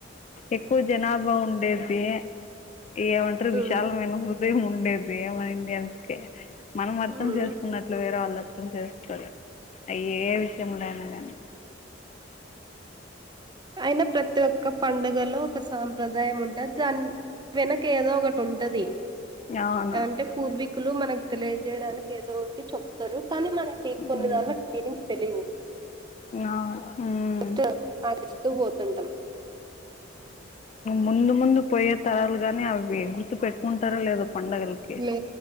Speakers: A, on the left (about 35°); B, on the right (about 25°).
A: ఎక్కువ జనాభా ఉండేది ఏమంటారు
B: హ్మ్
A: విశాలమైన హృదయం ఉండే డేది మన ఇండియన్స్ కె మనం అర్థం
B: హ్మ్
A: చేసుకున్నట్లు వేరే వాళ్ళు అర్థం చేసు అయ్యే విషయంలో అయినా కానీ
B: అయినా ప్రతి ఒక్క పండగలో ఒక సా సంప్రదాయం ఉంటది దాని వెనక ఏదో ఒకటి ఉంటది
A: అవును
B: అంటే పూర్వ కులు మనకు తెలియజేయడానికి ఏదో ఒకటి చెప్తారు కానీ మనకి కొన్నిదాన్లకి
A: మ్మ్
B: ఫీలింగ్స్ తెలివు
A: అవును మ్మ్
B: జస్ట్ ఇస్తూ పోతుంటాం
A: ముందు ముందు పోయే తరాలు గాని అవి గుర్తు పెట్టుకుంటారో లేదో పండగలకి
B: లే